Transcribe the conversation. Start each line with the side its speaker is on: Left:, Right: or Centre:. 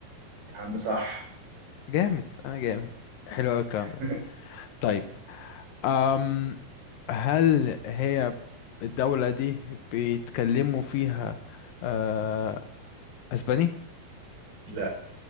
Right: يا عم صح
Left: جامد انا جامد حلو قوي الكلام ده
Right: <laughs>
Left: طيب أم هل هي الدولة دي بيتكلموا فيها آه، اسباني
Right: لا